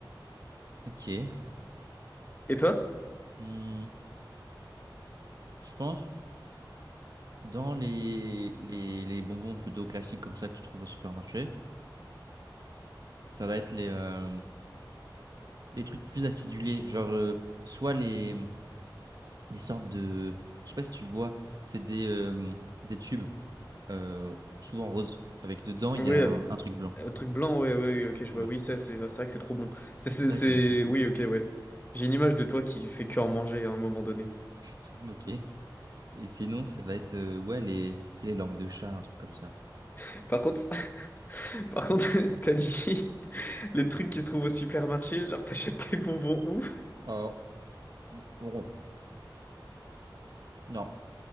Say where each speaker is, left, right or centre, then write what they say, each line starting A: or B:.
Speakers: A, on the right; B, on the left.
A: Ok.
B: Et toi?
A: Hmm. Je pense dans les, les, les bonbons plutôt classiques comme ça que tu trouves au supermarché, ça va être les, euh, les trucs plus acidulés. Genre, euh, soit les, les sortes de. Je sais pas si tu vois, c'est des, euh, des tubes, euh, souvent roses, avec dedans il
B: Oui,
A: y a
B: avec
A: un, un truc blanc.
B: un truc blanc, ouais, ouais, ouais, ok, je
A: Ouais.
B: vois. Oui, ça, c'est c'est vrai que c'est trop bon. C'est, c'est,
A: Ça,
B: c'est-
A: j'aime beaucoup.
B: oui, ok, ouais. J'ai une image de toi qui fait que en manger à un moment donné.
A: <laughs> Ok. Et sinon, ça va être euh, ouais, les, tu sais, les langues de chat, un truc comme ça.
B: <laughs> Par contre, Par contre, <laughs> t'as dit les trucs qui se trouvent au supermarché, genre t'achètes tes bonbons où?
A: Oh, bon, bon, non,